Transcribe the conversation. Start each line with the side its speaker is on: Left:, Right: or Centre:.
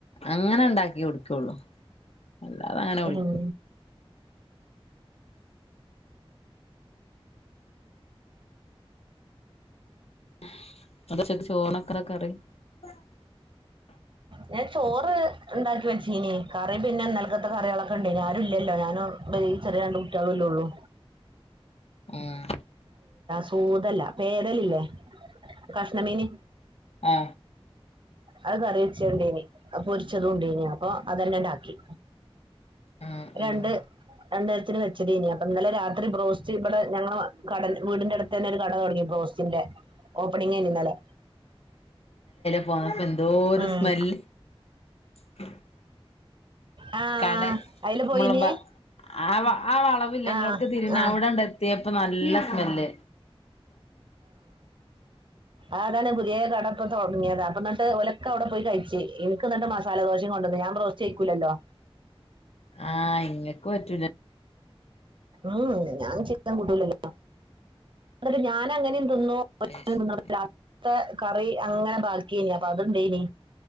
Left: അങ്ങനെ ഉണ്ടാക്കി കുടിക്കുള്ളു. അല്ലാതെ അങ്ങനെ വിളിക്കു
Right: ഉം
Left: <unintelligible>
Right: ഞാൻ ചോറ് ഉണ്ടാക്കി വെച്ച്നി കറി പിന്നെ ഇന്നല്കത്ത കറികളൊക്കെ ഉണ്ടെനി ആരു ഇല്ലല്ലോ ഞാനും ഈ ചെറിയ രണ്ട് കുട്ടികലുല്ലേഉള്ളു
Left: ഉം
Right: പൂതല്ല പേരെലല്ലേ കഷ്ണമീനി
Left: ആ
Right: അതുകറി <unintelligible> അപ്പൊ <unintelligible> ഓ അതന്നെ അണ്ടാക്കി
Left: ആഹ്
Right: രണ്ട്
Left: ആഹ്
Right: രണ്ടു നേരത്തിന് വെച്ചടീന അപ്പൊ ഇന്നലെ രാത്രി ബ്രോസ്റ്റ് ഇവിടെ ഞങ്ങ കടണ്ട് വീടിന്റെ അടുത്തന്നെ ഒരു കട തുടങ്ങി ബ്രോസ്റ്റ്ന്റെ ഓപ്പണിങ്ങണ് ഇന്നലെ
Left: പോപ്പൊ എന്തോരു
Right: ഉം
Left: സ്മെല് <unintelligible>
Right: ആ
Left: കട
Right: അയില് പോയിനി
Left: മുളമ്പ ആ ആ വള വില്ലങ്ങളോക്ക്
Right: ആ
Left: തിരുന്ന്
Right: ആ
Left: അവിടെണ്ട എത്തിയപ്പൊ നല്ല സ്മെല്
Right: ആതാണ് പുതിയ കടപ്പ തുടങ്ങിയത അപ്പ എന്നിട്ട് ഒലക്ക അവിടെ പോയി കഴിച്ച് എനിക്ക് എന്നിട്ട് മസാല ദോശം കൊണ്ടന്നന്ന് ഞാൻ റോസ്റ്റ് ചെയയിക്കൂലല്ലോ
Left: ആഹ് ഇങ്ങക്ക് പറ്റൂല
Right: ഉം ഞാൻ ചി കളിക്കാൻ ഇല്ലല്ലോ എന്നിട്ട് ഞാൻ അങ്ങനെ. തിന്നു ഒറ്റയ്ക്ക്
Left: അയ് ശരി
Right: നിന്ന് തിന്നു. അങ്ങനത്തെ കറി അങ്ങനെ ബാക്കിയായി അപ്പ ഉണ്ടേയനീ